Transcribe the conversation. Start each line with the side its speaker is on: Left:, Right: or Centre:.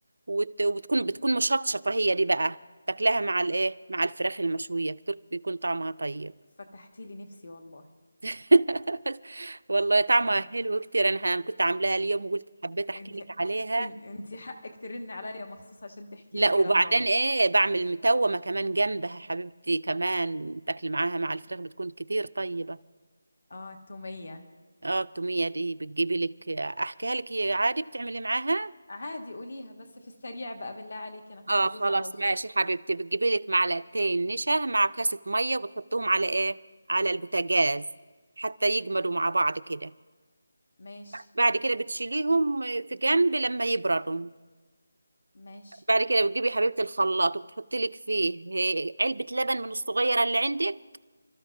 Right: وت... وتكون بتكون مشطشطه هي دي بقى تاكلها مع الايه مع الفراخ المشويه كتير بيكون طعمها طيب
Left: فتحتي لي نفسي والله
Right: <laughs> والله طعمها
Left: أن-
Right: حلو كتير انا أنا كنت عاملاها اليوم وقلت حبيت احكي
Left: انتي
Right: لك عليها
Left: إن- انتي حقك ترني عليا مخصوص عشان تحكي
Right: لا
Left: لي الكلام
Right: وبعدين
Left: ده والله
Right: ايه بعمل متومه كمان جنبها حبيبتي كمان تاكلي معاها مع الفراخ بتكون كتير طيبه
Left: اه التوميه
Right: اه التوميه دي بتجيبي لك احكيها لك هي عادي بتعملي معاها
Left: عادي قوليها بس في السريع بقى بالله عليكي انا خلاص
Right: اه خلاص
Left: جوزي على وصول
Right: ماشي حبيبتي بتجيبي لك معلقتين نشا مع كاسه ميه وبتحطهم على ايه على البوتاجاز حتى يجمدوا مع بعض كده
Left: ماشي
Right: بعد كده بتشيليهم في جنب لما يبردوا
Left: ماشي
Right: بعد كده بتجيبي يا حبيبتي الخلاط وبتحطي لك فيه آه، علبه لبن من الصغيره اللي عندك